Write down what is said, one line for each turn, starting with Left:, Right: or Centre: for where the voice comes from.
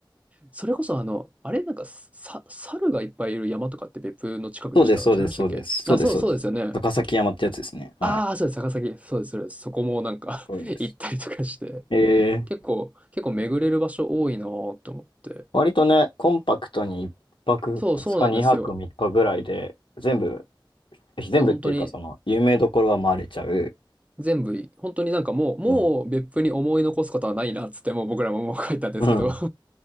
Right: それこそあの、あれなんか、さ、猿がいっぱいいる山とかって別府の近くでした違いましたっけあ、
Left: そうです、そうです、そうです、そうです、
Right: そう、
Left: そうです。
Right: そうですよね。
Left: 高崎山ってやつですね。はい。
Right: ああ、そうです、高崎そうです、そうです。そこもなんか
Left: こういうんです。
Right: <laughs> 行ったりとかして、
Left: えー、
Right: 結構、結構巡れる場所多いなーって思って。
Left: 割とね、コンパクトに1泊2日、
Right: そう、そうなんですよ。
Left: 2泊3日ぐらいで、全部、全部っていうか、
Right: そう、本当に、
Left: その、有名どころは回れちゃう。
Right: 全部いい、本当になんかもう、もう別府に思い残すことはないなっつって、
Left: も
Right: もう僕らももう書いたんですけど
Left: う、うん